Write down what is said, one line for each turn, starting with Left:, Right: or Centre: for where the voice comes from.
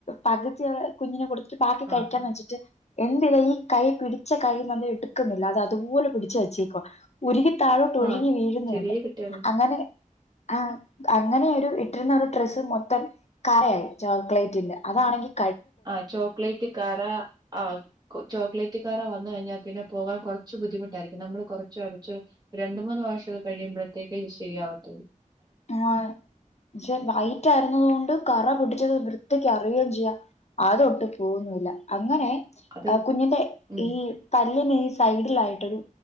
Left: പകുതി കുഞ്ഞിനെ കൊടുത്ത് ബാക്കി കഴിക്കാന്ന്
Right: ആ ആ
Left: വെച്ചിട്ട് എൻ്റെ ഈ കൈ പിടിച്ച കൈ നത് എടുക്കുന്നില്ല അത് അതുപോലെ പിടിച്ച് വെച്ചേക്കുവ ഉരുകി ഒഴുകി താഴോട്ട് ഒഴുകി
Right: ആ
Left: വീഴുന്നുണ്ട്
Right: ചെറിയ കുട്ടികളാ
Left: അങ്ങനെ ആഹ് അങ്ങനെ ഒരു ഇട്ടിരുന്ന ഒരു ഡ്രസ്സ് മൊത്തം കറയായി ചോക്ലേറ്റിന്റെ അതാണെങ്കിൽ
Right: ആഹ് ചോക്ലേറ്റ് കറ ആഹ് ചോക്ലേറ്റ് കറ വന്ന് കഴിഞ്ഞാ പിന്നെ പോകാൻ കുറച്ച് ബുദ്ധിമുട്ടായിരിക്കും നമ്മള് കുറച്ച് ഒരച്ച് ഒര രണ്ട് മൂന്ന് പ്രാവശ്യംഇത് കഴിയുമ്പോഴത്തേക്കെ ഇത് ശരിയാവാത്തൊള്ളൂ
Left: ആഹ് പക്ഷേ വൈറ്റ് ആയിരുന്നത് കൊണ്ട് കറ പിടിച്ചത് വൃത്തിക്ക് അറിയുകയും ചെയ്യാം അതൊട്ട് പോകുന്നുല്ല അങ്ങനെ
Right: അത്
Left: കുഞ്ഞിന്റെ
Right: ഉം
Left: ഈ പല്ലിന് ഈ സൈഡിലായിട്ടൊരു